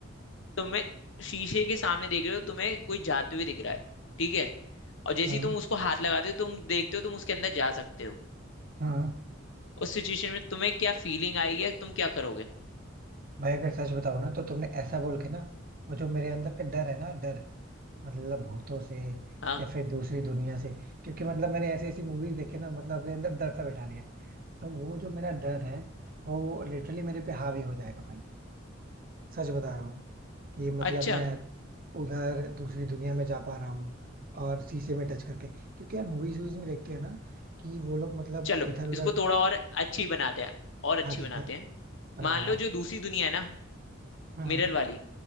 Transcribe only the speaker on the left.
तुम्हें शीशे के सामने देख रहे हो तुम्हें कोई जाते हुए दिख रहा है ठीक है और जैसे
ही तुम उसको हाथ लगाते हो तुम देखते हो तुम उसके अंदर जा सकते हो
उस सिचुएशन में तुम्हें क्या फीलिंग आएगी या तुम क्या करोगे
हाँ
अच्छा
चलो
इसको थोड़ा और अच्छी बनाते हैं और अच्छी
बनाते
हैं
मान
लो जो दूसरी दुनिया है ना
मिरर वाली